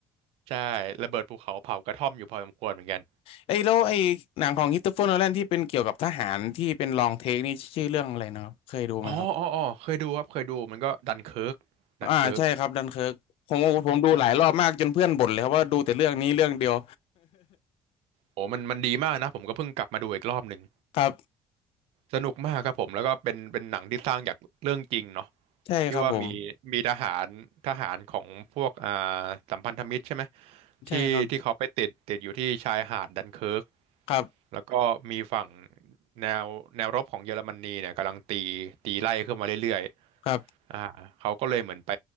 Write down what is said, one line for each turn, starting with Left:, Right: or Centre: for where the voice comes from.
Right: ใช่ระเบิดภูเขาเผากระท่อมอยู่พอสมควรเหมือนกัน
Left: ไอ้แล้วไอ้หนังของค h ิตเฟอร์โนแลนที่เป็นเกี่ยวกับทหารที่เป็นลองเทคนี่ชื่อเรื่องอะไรนะครับเคยดูไหมครับ
Right: อ๋ออ๋ออ๋อเคยดูครับเคยดูมันก็ดันเคิร์กดันเคิร์ก
Left: อ่าใช่ครับดันเคิร์กผมผมดูหลายรอบมากจนเพื่อนบ่นเลยครับว่าดูแต่เรื่องนี้เรื่องเดียว
Right: โอ้โหโอ้มันมันดีมากนะผมก็เพิ่งกลับมาดูอีกรอบหนึ่ง
Left: ครับ
Right: สนุกมากครับผมแล้วก็เป็นเป็นหนังที่สร้างจากเรื่องจริงเนาะ
Left: ใช่ครับผม
Right: ที่ว่ามีมีทหารทหารของพวกอ่าสัมพันธมิตรใช่ไหม
Left: ใช่ครับ
Right: ที่ที่เขาไปติดติดอยู่ที่ชายหาดดันเคิร์ก
Left: ครับ
Right: แล้วก็มีฝั่งแนวแนวรบของเยอรมนีเนี่ยกำลังตีตีไล่ขึ้นมาเรื่อยๆอ่าเขาก็เลยเหมือนไป
Left: ครับ